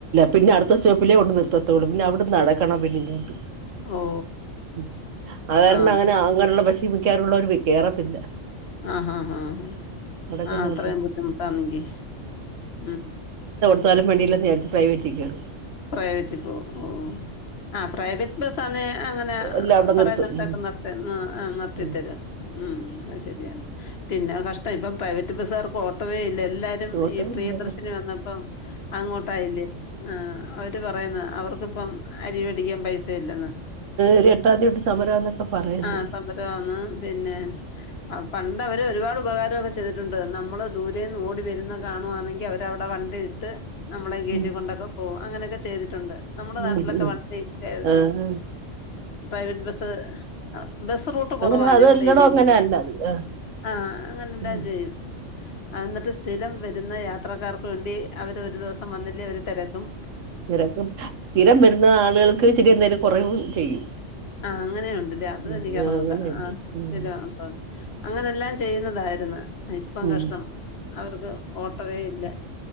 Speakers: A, on the right; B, on the left.
A: പിന്നടുത്ത സ്‌റ്റോപ്പിലേകൊണ്ട് നിർത്തത്തോള്ളു പിന്നവ്ട്ന്ന് നടക്കണം പിന്നെ ഇങ്ങോട്ട്
B: ഓ
A: ഉം സാധാരണങ്ങനെ
B: ആ
A: അങ്ങനെള്ള ഭക്ഷീമിക്കാറുള്ളവര് കേറത്തില്ല.
B: ആഹാ ഹാ ഹാ
A: നടക്കുന്ന
B: ആഹ് അത്രേം
A: ബസ്സി
B: ബുദ്ധിമുട്ടാന്നെങ്കി ഉം
A: സ്ഥലം വണ്ടില്ലാന്ന് വിചാരിച്ച് പ്രൈവറ്റിക്കേറും.
B: പ്രൈവറ്റ് പോവും ഓഹ് ആഹ് പ്രൈവറ്റ് ബസ്സാന്നെ അങ്ങനെ
A: എല്ലാം അവിടെ
B: പറയിന്നെട്തൊക്കെ
A: നിർത്തും ഉം
B: നിർത്തി ഹ് നിർത്തിത്തരും.
A: ഉം
B: ഉം അത് ശരിയാണ് പിന്നെ കഷ്ടം ഇപ്പം പ്രൈവറ്റ് ബസ്സുകാർക്കും ഓട്ടോവേ ഇല്ല എല്ലാ രും
A: ഓട്ടോ
B: ഈ പ്രിയദർശിനി
A: ഇല്ല
B: വന്നപ്പം അങ്ങോട്ടായില്ലേ ആഹ് അവര് പറയുന്ന അവർ ക്ക്പ്പം അരിവേടിക്കാൻ പൈസ ഇല്ലെന്ന്
A: ഒരു എട്ടാം തീ തൊട്ട് സമരം എന്നൊക്കെ പറയുന്നു
B: ആഹ് സമരവാന്ന് പിന്നെ അഹ് പണ്ട് അവര് ഒരുപാട് ഉപകാരക്കെ ചെയ്തിട്ടുണ്ട് നമ്മള് ദൂരേന്ന് ഓടി വരുന്ന കാണുവാന്നെങ്കി അവരവടെ വണ്ടിയിട്ട് നമ്മളെ കേറ്റി
A: ഉം
B: കൊണ്ടൊക്കെ പോകും അങ്ങനൊക്കെ ചെയ്തിട്ടുണ്ട്. നമ്മടെ നാട്ടിലൊക്കെ
A: ഉം ഉം
B: വണ്ടി ഏഹ്
A: ആഹ്
B: പ്രൈവറ്റ് ബസ്സ് ബസ് റൂട്ട് കൊറവാ
A: അങ്ങനെ അതെല്ലടോം
B: ഞങ്ങടെ ഏര്യേലൊക്കെ
A: അങ്ങനെ തന്ന അത് ആഹ്
B: ആഹ് അങ്ങനെല്ലാം
A: ഉം
B: ചെയ്യും. അഹ് ന്നട്ട് സ്ഥിരം വരുന്ന യാത്രക്കാർക്ക് വേണ്ടി അവര് ഒരു ദിവസം വന്നില്ലേ അവര് തെരക്കും.
A: രക്ക് സ്ഥിരം വരുന്നാളുകൾക്ക് ചിട്ട് ന്നേരം കൊറവ് ചെയ്യും.
B: ആഹ് അങ്ങനെയുണ്ട്ല്ലേ അതും
A: ഉം
B: എനിക്ക്റിഞ്ഞൂടാ
A: ആഹ് അങ്ങനെയുണ്ട്
B: ആഹ്
A: ഉം
B: ശെരി അതാണ്. അങ്ങനെല്ലാം ചെയ്യുന്നതായിരുന്ന് ഇപ്പം
A: ഉം
B: കഷ്ടം അവർക്ക് ഓട്ടവേ ഇല്ല